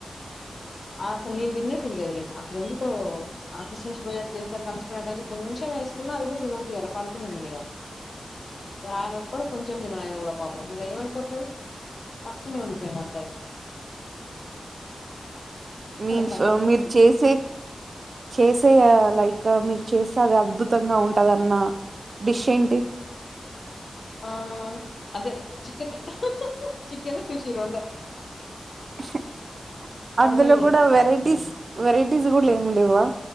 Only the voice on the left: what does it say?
అసలు నేను తిన్నే తినలేదు నిన్న అసలు ఎందుకో కుషూ శుభయా చేసేసరికి అలిసిపోయినంటే కొంచెం ఏసుకున్నా అది కూడా తినబుద్ది కాలే పడుకున్నాను నేను ఇగ, ఆయన ఒక్కడు కొంచెం తిన్నాను ఆయన కూడా పాపం ఇగ ఏమైపోతుడు అట్లనే ఉండిపోయాను అంతే.
సండే స్పెషల్
ఆ అదే చికెనే చికెన్ ఫిష్ ఇ రొండే
మీద చేస్తా